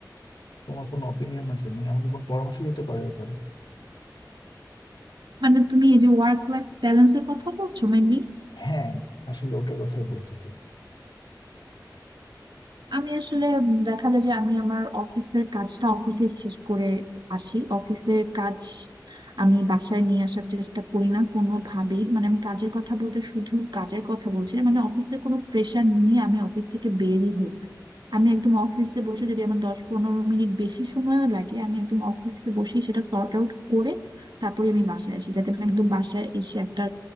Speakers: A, on the left; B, on the right.
A: তোমার কোনো অপিনিয়ন আছে মানে আমাকে কোন পরামর্শ দিতে পারো এ ব্যাপারে
B: মানে তুমি এই যে ওয়ার্ক লাইফ ব্যালেন্সের কথা বলছো মেনলি
A: হ্যাঁ আসলে ওটার কথাই বলতেছি
B: আমি আসলে উম, দেখা যায় যে আমি আমার অফিসের কাজটা অফিসে শেষ করে আসি অফিসের কাজ আমি বাসায় নিয়ে আসার চেষ্টা করি না কোনোভাবেই মানে আমি কাজের কথা বলতে শুধু কাজের কথা বলছি না, মানে অফিসের কোনো প্রেশার নিয়ে আমি অফিস থেকে বেরই হই না। আমি একদম অফিসে বসে যদি আমার দশ পনেরো মিনিট বেশি সময় লাগে আমি একদম অফিসে বসেই সেটা সর্ট আউট করে তারপরে আমি বাসায় আসি যাতে আমি একদম বাসায় এসে একটা